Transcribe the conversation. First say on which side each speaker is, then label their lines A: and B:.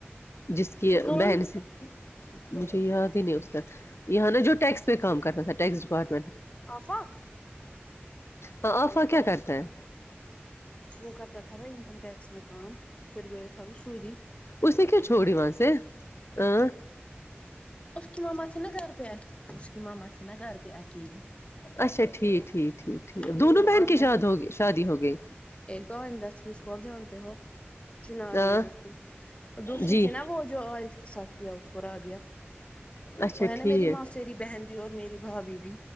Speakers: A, on the left; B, on the left.
A: جس کی
B: کون
A: بہن سے مجھے یاد ہی نہیں اس کا یہاں نا جو ٹیکس پہ کام کر رہتا تھا ٹیکس ب
B: آفق
A: ہاں آفا کیا کرتے ہیں
B: وہ کر ت تھا انکم ٹییکس میں کام پھر گ تھا سودی
A: اس نے کیا چھوڑی وہاں سے ا
B: اس کی ماما تھ نا گھر پہ اس کی ماما تھ نا گھر پہ اکیلی
A: اچھا ٹھیک ٹھیک ہے ج ٹھیک ہے
B: وہ
A: دونوں بہن
B: آئندہ
A: کی شاد ہو گئے شادی ہو گئی
B: ایک تو آندھی اس کو اب جانتے ہو چنار
A: ہاں
B: میں جو ت دوسری
A: جی
B: تھی نا وہ جو عارف کے ساتھ یا اس کو رابیا
A: اچھا
B: وہ ہے
A: ٹھیک
B: نا میری ماسری بہن اور میری بھابھی بھی